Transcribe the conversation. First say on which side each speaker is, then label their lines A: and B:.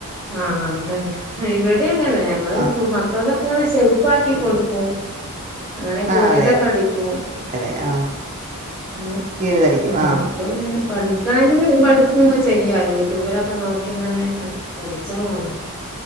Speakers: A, in the centre; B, on the right (about 30°).
A: ആ ആ അതന്നെ ഹ ഇവെ ടെങ്ങനെ ഞങ്ങൾ <unintelligible>
B: ആ
A: മക്കൾതൊക്കെങ്ങനെ ഷെയ്പ്പാക്കി
B: ഉം.
A: കൊട്ക്കും അങ്ങനെ കീറിയതൊക്കെ
B: ആ അതെ
A: അടിക്കും <unintelligible>
B: അതെ ആ
A: ഹ
B: കീറി തടിക്കും
A: ഹാ
B: ആ
A: ഇപ്പ ഇങ്ങ പഠിക്കാൻങ്കില് പഠിക്കൊക്കെ ചെയ്യാ യൂട്യൂബിലൊക്കെ നോക്കി ഇങ്ങനെ അട്ച്ച് പഠിച്ചാ മതി